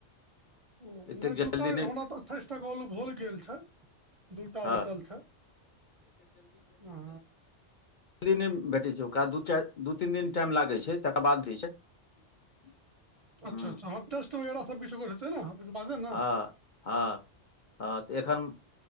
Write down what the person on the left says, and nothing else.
एतेक जल्दी
नहि
हँ
दिली नहि भेटैत छै ओकरा दू चारि दू तीन दिन टाइम लागैत छै तकर बाद दै छै। <unintelligible>
हूँ
हँ हँ हँ तऽ एखन